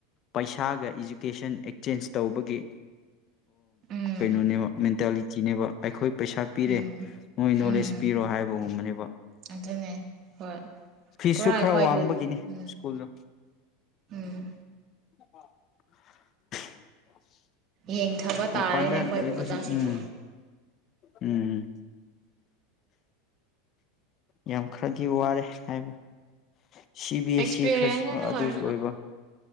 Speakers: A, on the left (about 45°); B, on the right (about 45°).
A: ꯄꯩꯁꯥꯒ ꯏ ꯂꯣꯀꯦꯁꯟ ꯑꯦꯛꯆꯦꯟꯖ ꯇꯧꯕꯒꯤ
B: ꯎꯝ
A: ꯀꯩꯅꯣꯅꯦꯕ ꯃꯦꯟꯇꯥꯂꯤꯇꯤꯅꯦꯕ ꯑꯩꯈꯣꯏ ꯄꯩꯁꯥ ꯄꯤꯔꯦ
B: ꯎꯝ
A: ꯃꯣꯏ ꯅꯣꯂꯦꯖ
B: ꯎꯝ
A: ꯄꯤꯔꯣ ꯍꯥꯏꯕꯒꯨꯝꯕꯅꯦꯕ
B: ꯑꯗꯨꯅꯦ ꯍꯣꯏ
A: ꯐꯤꯁꯁꯨ
B: ꯄꯨꯔꯥ ꯑꯩꯈꯣꯏꯕꯨꯛ
A: ꯈꯔ ꯋꯥꯡꯕꯒꯤꯅꯤ
B: ꯎꯝ
A: ꯁ꯭ꯀꯨꯜꯗꯣ
B: ꯎꯝ
A: ꯑꯣ <unintelligible>
B: ꯌꯦꯡꯊꯕ ꯇꯥꯔꯦꯅꯦ
A: ꯃꯄꯥꯟꯗ
B: ꯑꯩꯈꯣꯏꯕꯨ
A: ꯂꯩꯕꯁꯤꯡ
B: ꯑꯣꯖꯥꯁꯤꯡꯕꯨ
A: ꯎꯝ ꯎꯝ ꯌꯥꯝ ꯈꯔꯗꯤ ꯋꯥꯔꯦ ꯍꯥꯏꯕ ꯁꯤ ꯕꯤ ꯑꯦꯁ
B: ꯑꯦꯛꯁꯄꯤꯔꯤꯌꯦꯟꯁ
A: ꯁꯤ ꯈꯔꯁꯨ
B: ꯑꯗꯨ ꯑꯣꯏꯔꯁꯨ
A: ꯑꯗꯨꯁꯨ ꯑꯣꯏꯕ